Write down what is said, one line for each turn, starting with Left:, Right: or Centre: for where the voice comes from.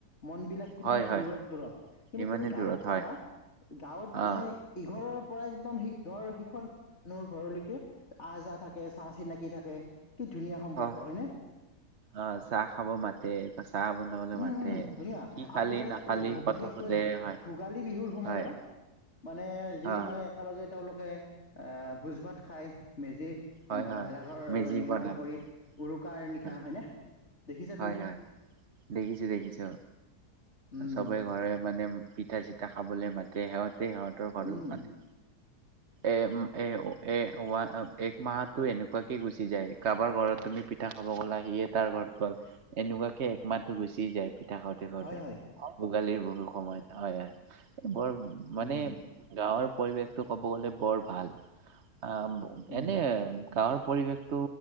Left: মন বিলাক সিমানে
Right: হয় হয়
Left: দূৰত- দূৰত কিন্তু
Right: ইমানেই
Left: তুমি গাঁৱত
Right: দূৰত
Left: চাবা,
Right: হয়
Left: গাঁৱত
Right: আহ
Left: মানে ইঘৰৰ পৰা একদম সিঘৰ- সিখন মানুহৰ ঘৰলৈকে আহ- যাহ থাকে চাহ- চিনাকি থাকে কি ধুনীয়া সম্পৰ্ক
Right: অহ
Left: হয় নে?
Right: অ চাহ খাব মা তে চাহ বনাবলে
Left: উম
Right: মাতে,
Left: উম ধুনীয়া
Right: কি খালি
Left: আৰু তোমাৰ এই
Right: নাখালি,
Left: ভ
Right: কথা
Left: বিশেষকৈ
Right: সোধে হয়।
Left: ভোগালী বিহুৰ সময়ত,
Right: হয়
Left: মানে যি
Right: অ
Left: মানে একেলগে তেওঁলোকে ভোজ- ভাত খাই, মেজি
Right: হয়
Left: বা
Right: হয়
Left: ভেলাঘৰ
Right: মেজি
Left: নিৰ্মাণ
Right: বনাই
Left: কৰি
Right: হয়
Left: উৰুকাৰ নিশা
Right: হয়
Left: হয়নে। দেখিছা
Right: হয়-
Left: তুমি
Right: হয়, দেখিছোঁ- দেখিছোঁ।
Left: উম
Right: চবে ঘৰে মানে পিঠা চি ঠা খাবলে মাতে, সিহঁতে- সিহঁতৰ ঘৰত
Left: উম
Right: মাতে। এ উম এ উ এ উৱা অ এক মাহটো এনেকুৱাকে গুচি যায়। কাৰোবাৰ ঘৰত তুমি পিঠা খাব গ'লা সিয়ে তাৰ ঘৰত গ'ল। এনেকুৱাকে একমাহটো গুচি যায় পিঠা খাওঁতে, খাওঁতে।
Left: হয় হয়
Right: ভোগালীৰ বহু সময়ত হয়, বৰ মানে
Left: উম
Right: গাঁৱৰ পৰিৱেশটো ক'ব গ'লে বৰ ভাল আ
Left: উম
Right: এনে গাঁৱৰ পৰিৱেশটো